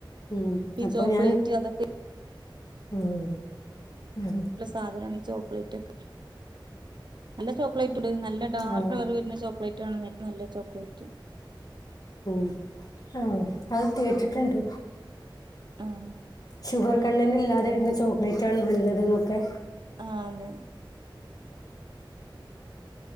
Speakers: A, on the left (about 45°); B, on the right (about 60°).
A: ഉം
B: ഈ
A: അപ്പൊ
B: ചോക്ലേറ്റ്
A: ഞാൻ
B: അതൊക്കെ
A: ഉം ഉം.
B: ല്ല സാധനമാണ് ഈ ചോക്ലേറ്റ് ഒക്കെ നല്ല ചോക്ലേറ്റ് ഉണ്ട് നല്ല ഡാർക്ക്‌
A: ആ
B: കളർ വരുന്ന ചോക്ലേറ്റ് ആണ് ഏ നല്ല ചോക്ലേറ്റ്
A: ഉം ആഹ് അത് കേട്ടിട്ടുണ്ട്
B: ആഹ്
A: ഷുഗർ കണ്ടന്റ് ഇല്ലാതെ വരുന്ന ചോക്ലേറ്റ് ആണ് നല്ലത് ന്നൊക്കെ
B: ആ അതെ